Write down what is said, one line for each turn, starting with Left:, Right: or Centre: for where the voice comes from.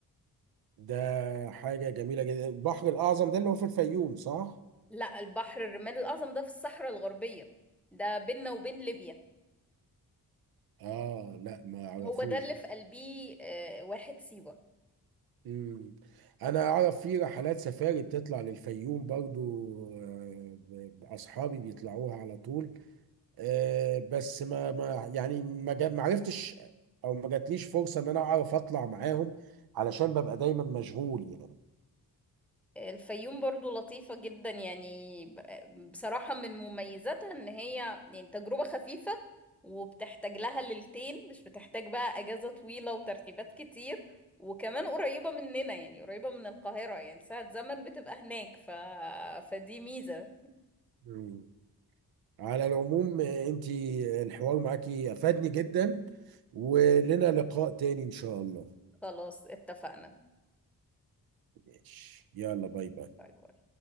Right: ده حاجة جميلة جدا البحر الاعظم ده اللي هو في الفيوم صح؟
Centre: لا البحر الرمال الأعظم ده في الصحراء الغربية ده بيننا وبين ليبيا
Right: اه لا ما اعرفوش
Centre: هو ده اللي
Right: ده
Centre: في قلبيه آه، واحد سيوة
Right: مم. انا اعرف في رحلات سفاري بتطلع للفيوم برضو آه، ب- اصحابي بيطلعوها على طول آه، بس ما ما يعني ما جا- ما عرفتش او ما جاتليش فرصه ان انا اعرف اطلع معاهم علشان ببقى دايما مشغول يعني
Centre: الفيوم برضو لطيفة جدا يعني ب- بصراحة من مميزاتها ان هي يعني تجربة خفيفة وبتحتاج لها ليلتين مش بتحتاج بقى اجازة طويلة وترتيبات كتير وكمان قريبة مننا يعني قريبة من القاهرة يعني ساعة زمن بتبقى هناك ف... فدي ميزة
Right: مم. على العموم آه، انتي الحوار معاكي افادني جدا ولنا لقاء تاني ان شاء الله
Centre: خلاص اتفقنا
Right: ماشي. يلا باي باي
Centre: باي باي